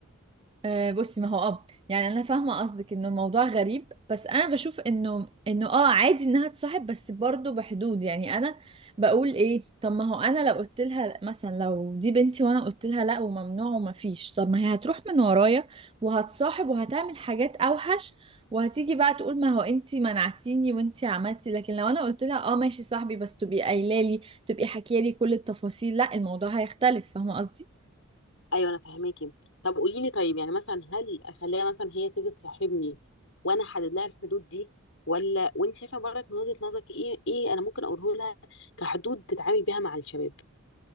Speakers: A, on the right; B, on the left.
A: آه بصي ما هو اه يعني انا فاهمه قصدك انه الموضوع غريب بس انا بشوف انه انه اه عادي انها تصاحب بس برضه بحدود يعني انا بقول ايه طب ما هو انا لو قلت لها مثلا لو دي بنتي وانا قلت لها لا وممنوع وما فيش طب ما هي هتروح من ورايا وهتصاحب وهتعمل حاجات اوحش وهتيجي بقى تقول ما هو انتي منعتيني وانتي عملتي لكن لو انا قلت لها اه ماشي صاحبي بس تبقي قايله لي تبقي حكيه لي كل التفاصيل لا الموضوع هيختلف فاهمه قصدي
B: ايوه انا فاهماكي طب قولي لي طيب يعني مثلا هل اخليها مثلا هي تيجي تصاحبني وانا احدد لها الحدود دي ولا وانت شايفه برضك من وجهة نظرك ايه ايه انا ممكن اقوله لها كحدود تتعامل بيها مع الشباب